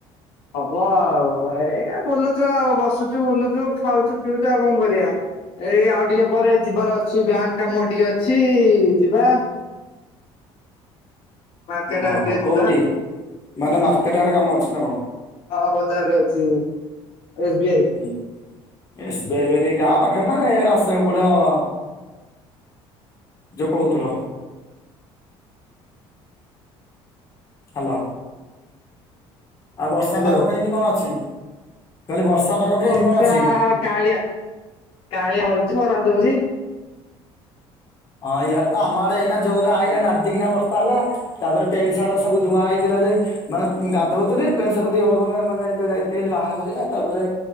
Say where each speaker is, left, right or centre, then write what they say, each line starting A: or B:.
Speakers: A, on the left; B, on the left.
A: ହବ ଆଉ ଏଇ ବୁଲୁଛୁ ଆଉ ବସୁଛୁ ବୁଲୁଛୁ ଖାଉଛୁ ପିଉଛୁ ଆଉ କଣ କରିବା। ଏଇ ଆଉ ଟିକେ ପରେ ଯିବାର ଅଛି ବ୍ୟାଙ୍କ କାମ ଟିକେ ଅଛି ଯିବା। ମାର୍କେଟ
B: ଓହୋ
A: ଆଡେ ଟିକେ ଯିବା
B: କୋଉଠି ମାନେ ମାର୍କେଟ ଆଡେ କାମ ଅଛି ନା କଣ?
A: ହଁ ବଜାର ରେ ଅଛି ଏସ୍ ବି ଆଇ।
B: ହୁଁ ଏସ ବି ଆଇ ଗାଁ ପାଖରେ ନା ୟାଡେ ଆସିବାକୁ ପଡିବ। ଯୋ କହୁଥିଲ। ହ୍ୟାଲୋ। ଆଉ ବର୍ଷା
A: ହ୍ୟାଲୋ।
B: ପାଗ କେମିତି କଣ ଅଛି କହିଲେ ବର୍ଷା ପାଗ
A: ବର୍ଷା
B: କେମିତି କଣ ଅଛି?
A: କାଳିଆ କାଳିଆ ମରୁଛି ବରା ଦଉଛି।
B: ହଁ ୟା ତ ଆମଆଡେ ତ ଏଇନା ଜୋରରେ ଆଇିଲା
A: ହଁ
B: ନଦିକିନା ବର୍ଷ ଟାଲା ତାପରେ ପ୍ୟାଣ୍ଟ ସାର୍ଟ ସବୁ ଧୁଆ ହେଇଥିଲା ଯେ ମାନେ ଗାଧଉଥିଲେ ପେଣ୍ଟ ସାର୍ଟ ଦି ହଳ ମାନେ ଯୋଉ ଯାଇ ଏମିତି ବାହା କରିବା ତାପରେ